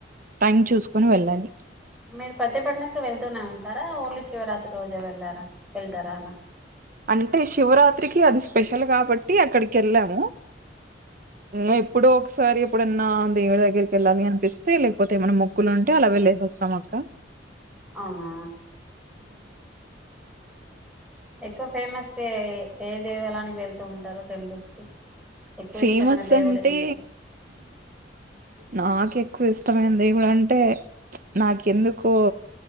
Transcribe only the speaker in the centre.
మీరు ప్రతి పండకు వెళ్తూనే ఉంటారా ఓన్లీ శివరాత్రి రోజే వెళ్ళారా వెళ్తారా అలా
అవునా ఎక్కువ ఫేమస్ కే ఏ దేవాలయానికి వెళ్తూ ఉంటారు టెంపుల్స్ కి ఎక్కువ
ఇష్టమైన దేవుడు
ఏంటి